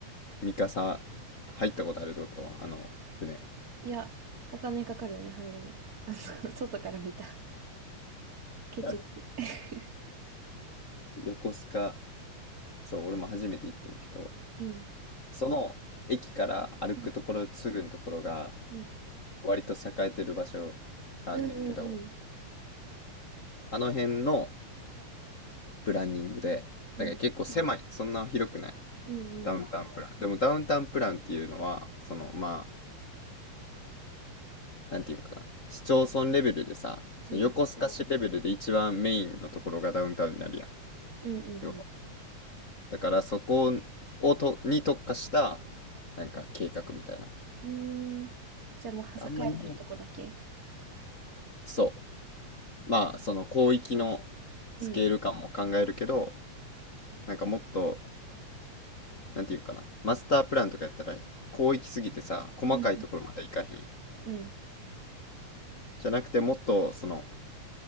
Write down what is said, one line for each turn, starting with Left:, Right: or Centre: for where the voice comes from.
Left: 三笠、入ったことあるってことあの、船。
Right: いや、お金かかるよね、入るの。あの、<laughs> 外から見た。ケチって。
Left: <laughs>
Right: <laughs>
Left: 横須賀、そう、俺も初めて行ってんけど、
Right: うん。
Left: その駅から歩くところすぐのところが
Right: うん。うん。
Left: 割と栄えてる場所があんねんけど、
Right: うんうん
Left: あの辺のプランニングで、
Right: うん。
Left: だから結構狭い、
Right: うん
Left: そんな広くない、
Right: うん
Left: ダウンタウンプラン。でもダウンタウンプランっていうのは、そのまあ、なんていうのかな、市町村レベルでさ、その横須賀市レベルで一番メインのところがダウンタウンになるやん。
Right: うんうん。うんうん
Left: 要は。だからそこをとに特化した、なんか計画みたいな。
Right: うん。うーん。じゃあもう、はさかえてるとこだけ。
Left: あんま日本、そう。まあ、その広域のスケール感も考えるけど、
Right: うん。
Left: なんかもっと、なんていうかな、マスタープランとかやったら、広域すぎてさ、細かいところまでいかへんやん。
Right: うん。うん。
Left: じゃなくて、もっと、その、